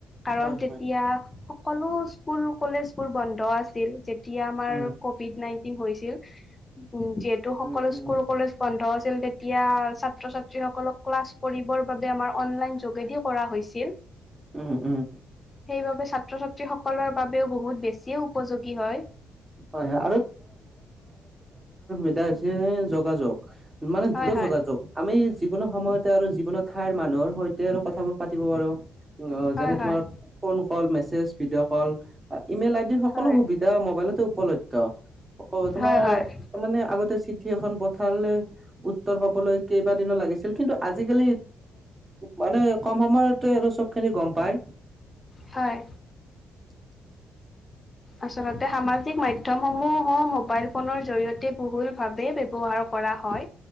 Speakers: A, on the left; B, on the right.
A: কাৰণ
B: হয়
A: তেতিয়া
B: হয়
A: সকলো স্কুল কলেজ বোৰ বন্ধ আছিল। যেতিয়া আমাৰ
B: উম
A: কভিড নাইনটিন হৈছিল যিহেতু সকলো
B: উম উম
A: স্কুল কলেজ বন্ধ আ ছিল তেতিয়া ছাত্ৰ ছাত্ৰীসকলক ক্লাছ কৰিবৰ বাবে আমাৰ অনলাইন যোগেদি কৰা হৈছিল।
B: উম উম
A: সেইবাবে ছাত্ৰ-ছাত্ৰী সকলৰ বাবেও বহুত বেছিয়ো উপযোগী হয়।
B: হয় হয় এয়া হৈছে যোগাযোগ। মানে
A: হয়
B: দূৰত্ব
A: হয়
B: যোগাযোগ আমি যিকোনো সময়তে আৰু যিকোনো ঠাইৰ মানুহৰ সৈতে আৰু কথাবোৰ পাতিব পাৰোঁ। অ
A: হয়
B: যেনে
A: হয়
B: তোমাৰ phone call, message video call, email ID সকলো
A: হয়
B: সুবিধা মোবাইলত উপলব্ধ আকৌ তোমাৰ
A: হয়
B: তাৰ
A: হয়
B: মানে আগতে চিঠি এখন পঠালে উত্তৰ পাবলৈ কেইবাদিনো লাগিছিল কিন্তু আজিকালি মানে কম সময়তে আৰু চবখিনি গম পায়।
A: হয়।
B: <unintelligible>
A: আচলতে সামাজিক মাধ্যমসমূহো মোবাইল ফোনৰ জৰিয়তে বহুল ভাৱে ব্যৱহাৰ কৰা হয়,